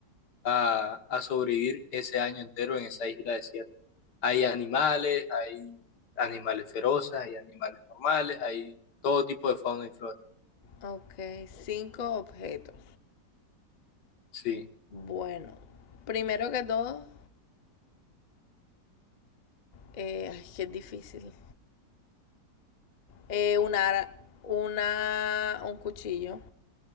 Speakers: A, on the left (about 70°); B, on the left (about 55°).
A: a, a sobrevivir ese año entero en esa isla desierta. Hay animales, hay animales feroces, hay animales normales, hay todo tipo de fauna y flora.
B: Ok, cinco objetos.
A: Sí.
B: Bueno, primero que todo, eh, ay, que es difícil. Eh, una, ara- una, un cuchillo.